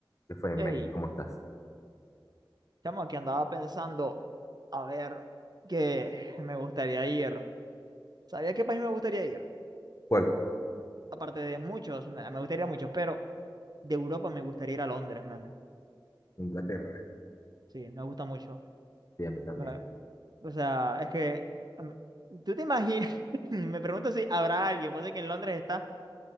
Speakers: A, on the left; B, on the right.
A: ¿Qué fue,
B: Hey,
A: men? ¿Cómo estás?
B: estamos aquí, andaba pensando, a ver, qué me gustaría ir. ¿Sabía a qué país me gustaría ir?
A: ¿Cuál?
B: Aparte de muchos, me me gustaría muchos, pero de Europa me gustaría ir a Londres, man.
A: Inglaterra.
B: Sí, me gusta mucho.
A: Sí, a mí también.
B: Me- O sea, es que, em, ¿tú te imaginas? <laughs> Me pregunto si habrá alguien, pues de que en Londres está